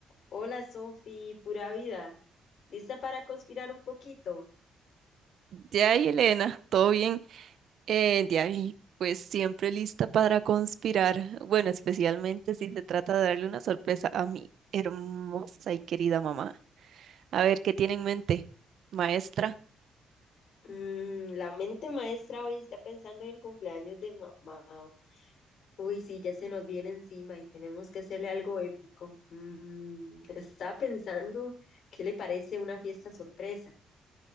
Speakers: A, on the left (about 65°); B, on the right (about 65°).
A: Hola Sofi, pura vida. ¿Lista para conspirar un poquito?
B: Ya, y Elena, todo bien. Eh, ya, y pues siempre lista para conspirar. Bueno, especialmente si se trata de darle una sorpresa a mi hermosa y querida mamá. A ver, ¿qué tiene en mente, maestra?
A: Mm, la mente maestra hoy está pensando en el cumpleaños de mamá. Uy, sí, ya se nos viene encima y tenemos que hacerle algo épico. Mm, está pensando, ¿qué le parece una fiesta sorpresa?